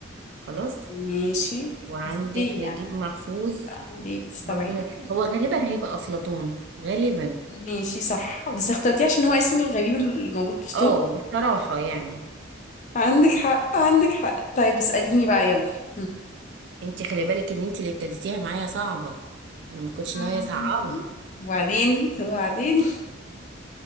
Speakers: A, on the right; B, on the left.
A: خلاص
B: ماشي
A: وعندك
B: بس ليه
A: نجيب
B: يعني
A: محفوظ
B: بقى؟ ليه بتستبعدي
A: برضو
B: كده
A: هو غالبا هيبقى افلاطون غالبا
B: ماشي صح بس اخترتيه عشان هو اسمي الغريب الموجود بوسطهم
A: اه صراحة يعني
B: عندك حق عندك حق طيب اسأليني بقى يلا هم.
A: انت خلي بالك ان انت اللي ابتديتيها معايا صعبة انا ما كنتش
B: مم.
A: ناوية اصعبها
B: وبعدين وبعدين